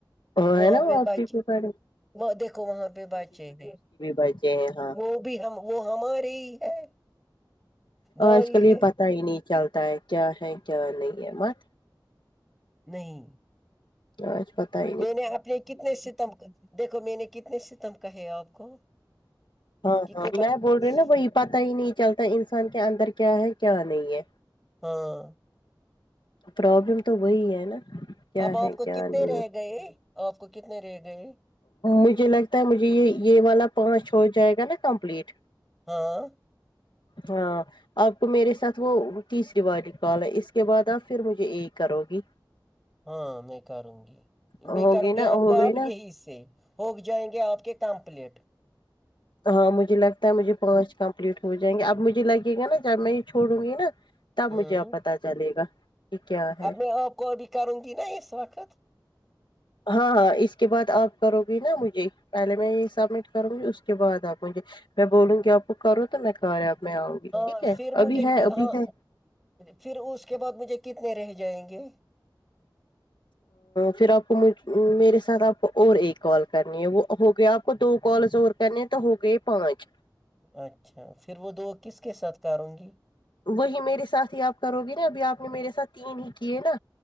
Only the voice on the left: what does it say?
ان
بتی
سڑے
بچے ہیں ہاں
آج کل یہ
پتا ہی نہیں چلتا ہے کیا ہے کیا نہیں ہے مت
آج بتائی
ہاں
ہاں
میں بول رہی ہوں نا وہی پتا ہی نہیں چلتا انسان کے اندر کیا ہے کیا نہیں ہے
پرابلم تو وہی ہے نا کیا
ہے
کیا
نہیں
مجھے لگتا ہے مجھے یہ یہ والا پانچ ہو جائے گا نا کمپلیٹ
ہاں آپ کو میرے ساتھ وہ تیسری والی پالا اس کے بعد آپ پھر مجھے ایک کرو گی
ہوگی
نا
ہو
گئی
نا
ہاں مجھے لگتا ہے مجھے پانچ کمپلیٹ ہو جائیں گے اب مجھے لگے گا نا جب میں یہ چھوڑوں گی نا تب
مجھے اب پت چلے گا کہ کیا ہے
ہاں ہاں اس کے بعد آپ کرو گی نا مجھے پہلے میں یہ سبمٹ کروں گی اس کے بعد آپ مجھے میں بولوں گی آپ بک کرو تو میں کہا رہا اب میں آؤں گی
ٹھیک ہے
ابھی ہے ابھی
ہے
پھر آپ کوج میرے ساتھ آپ کو اور ایک کال کرنی ہے وہ ہو گیا آپ کو دو کالز اور کہنے تو ہو گئے پہنچ
وہی میرے ساتھ ہی آپ کرو گے نا ابھی آپ نے میرے ساتھ تین ہی کیے نا